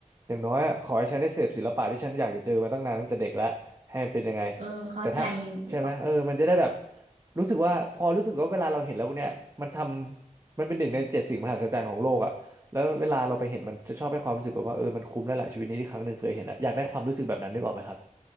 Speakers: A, on the right; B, on the right.
A: อย่างน้อยอะขอให้ฉันได้เสพศิลปะที่ฉันอยากจะเจอมาตั้งนานตั้งแต่เด็กแล้วให้มันเป็นยังไง
B: เออเข้าใจอยู่อะ
A: แต่ถ้าใช่ไหมเออมันจะได้แบบรู้สึกว่าพอรู้สึกว่าเวลาเราเห็นแล้วพวกเนี้ยมันทำมันเป็นหนึ่งในเจ็ดสิ่งมหัศจรรย์ของโลกอ่ะแล้วเวลาเราไปเห็นมันจะชอบให้ความรู้สึกแบบว่าเออมันคุ้มแล้วแหละชีวิตนี้ที่ครั้งหนึ่งเคยเห็นอ่ะอยากได้ความรู้สึกแบบนั้นนึกออกไหมครับ